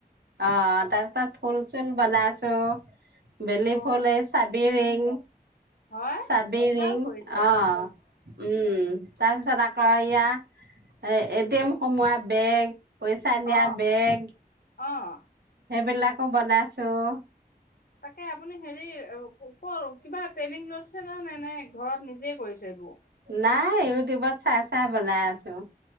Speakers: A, on the right (about 80°); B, on the left (about 65°).
A: অ', তাৰপিছত ফুল চুল বনাইছো বেলি
B: অ
A: ফুল এই চাবিৰিং
B: হয়
A: চাবিৰিং
B: ভাল কৰিছে
A: অ'। উম, তাৰপিছত আকৌ এয়া এটি এম সোমোৱা বেগ পইচা নিয়া
B: অ
A: বেগ।
B: অ'।
A: সেইবিলাকো বনাইছোঁ।
B: তাকে আপুনি হেৰি ক কিবা ট্ৰেইনিং লৈছে ন নে, নে ঘৰত নিজে কৰিছে এইবোৰ।
A: নাই ইউটিউবত চাই, চাই বনাই আছোঁ।